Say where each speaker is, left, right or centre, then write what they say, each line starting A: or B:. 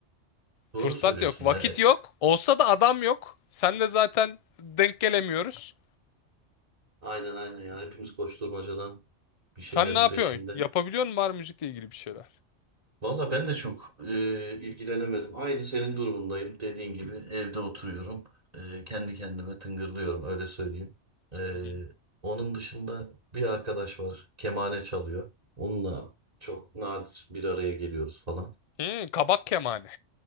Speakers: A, on the right; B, on the left.
A: Doğru
B: Fırsat
A: söylüyorsun
B: yok,
A: ya.
B: vakit
A: E,
B: yok. Olsa da adam yok. Sen de zaten denk gelemiyoruz.
A: aynen aynen ya. Hepimiz koşturmacadan bir şeylerin
B: Sen ne yapıyorsun?
A: peşinde.
B: Yapabiliyor musun var müzikle ilgili bir şeyler?
A: Valla ben de çok e, ilgilenemedim. Aynı senin durumundayım. Dediğin gibi evde oturuyorum. E, kendi kendime tıngırlıyorum öyle söyleyeyim. E,
B: Hı hı.
A: onun dışında bir arkadaş var. Kemane çalıyor. Onunla çok nadir bir araya geliyoruz falan.
B: Hmm, kabak kemane.